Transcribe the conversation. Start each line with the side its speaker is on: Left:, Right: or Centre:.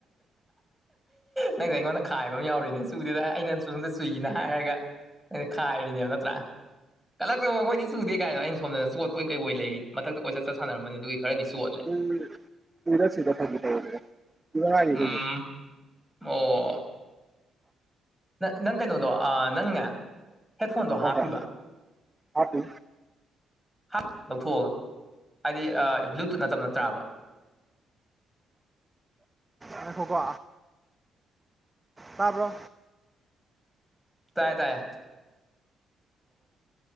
Right: <inaudible>
Centre: ꯅꯪꯗ ꯑꯩꯉꯣꯟꯗ ꯈꯥꯏꯕ ꯑꯃ ꯌꯥꯎꯔꯤꯅꯦ ꯆꯨꯗꯦꯗ ꯍꯥꯏꯔ ꯑꯩꯅ ꯆꯨꯝꯗ ꯆꯨꯏ ꯑꯅ ꯍꯥꯏꯔꯒ ꯑꯩꯅ ꯈꯥꯏꯔꯤꯅꯦꯕ ꯅꯠꯇ꯭ꯔꯥ ꯀꯂꯛꯆꯧꯋꯣ ꯑꯩꯈꯣꯏꯗꯤ ꯆꯨꯗꯦ ꯀꯥꯏꯗꯣ ꯑꯩꯅ ꯁꯣꯝꯗꯅ ꯆꯠꯄꯣꯏ ꯀꯩꯕꯣꯏ ꯂꯩꯔꯤ ꯃꯊꯛꯇ ꯀꯣꯏꯆꯠ ꯆꯠ ꯁꯥꯟꯅꯔꯝꯕꯅꯤ ꯑꯗꯨꯒꯤ ꯈꯔꯗꯤ ꯆꯣꯠꯂꯦ
Right: ꯎꯝ ꯎꯔꯛꯁꯤꯗ ꯐꯥꯒꯤ ꯇꯧꯕꯅꯤꯗ ꯆꯨꯗ ꯉꯥꯏꯔꯤ ꯑꯩꯈꯣꯏꯁꯨ
Centre: ꯎꯝ ꯑꯣ ꯅꯠ ꯅꯪ ꯀꯩꯅꯣꯗꯣ ꯑꯥ ꯅꯪꯅꯦ ꯍꯦꯠꯐꯣꯟꯗꯣ
Right: ꯍꯣꯏ
Centre: ꯍꯥꯞꯄꯤꯕ
Right: ꯍꯣꯏ ꯍꯥꯞꯄꯤ
Centre: ꯍꯥꯞ ꯂꯧꯊꯣꯛꯑꯒ ꯍꯥꯏꯗꯤ ꯑ ꯕ꯭ꯂꯨꯇꯨꯠ ꯅꯠꯇꯕ ꯅꯠꯇ꯭ꯔꯥꯕ
Right: ꯉꯥꯏꯈꯣꯀꯣ ꯇꯥꯕ꯭ꯔꯣ
Centre: ꯇꯥꯏꯌꯦ ꯇꯥꯏꯌꯦ